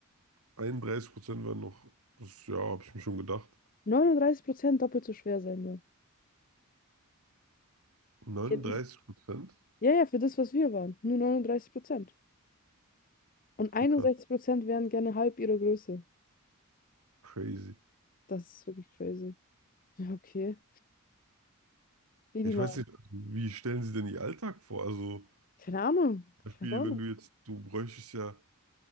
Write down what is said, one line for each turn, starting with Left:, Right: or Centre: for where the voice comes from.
Right: 31 Prozent waren noch, das, ja, habe ich mir schon gedacht.
Left: 39% doppelt so schwer sein wollen.
Right: 39
Left: Ich hätte nicht.
Right: Prozent?
Left: Ja, ja, für das, was wir waren. Nur 39%. Und
Right: Okay,
Left: 61%
Right: krass.
Left: wären gerne halb ihrer Größe.
Right: Crazy.
Left: Das ist wirklich crazy. Ja, okay. Wie
Right: Ja,
Left: die
Right: Ich
Left: mal.
Right: weiß nicht, wie stellen Sie denn Ihr Alltag vor? Also, zum
Left: Keine Ahnung.
Right: Beispiel,
Left: Ich weiß auch
Right: wenn
Left: nicht.
Right: du jetzt, du bräuchtest ja